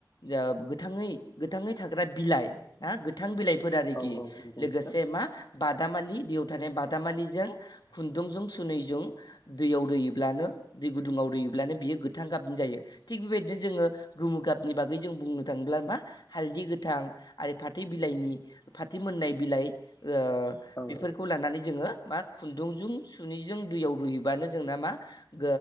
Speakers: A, on the left; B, on the left.
A: ओ गोथाङै गोथाङै थाग्रा बिलाइ ना गोथां बिलाइ फोर आरोखि
B: औ औ नंगौ
A: लोगोसे
B: नोंथां
A: मा? बादामालि दैयाव थानाय बादामालिजों खुन्दुंजों सुनैजों दैयाव रुयोब्लानो दै गुदुङाव रुयोब्लानो बियो गोथां गाबजों जायो थिग बेबायदिनो जोङो गोमु गाबनि बागै जों बुंनो थाङोब्ला मा हालदै गोथां आरो फाथै बिलाइनि फाथै मोननाय बिलाइ ओ
B: औ
A: बेफोरखौ लानानै जोङो मा खुन्दुंजों सुनिजों दैयाव रुयोबानो जोंना मा ओ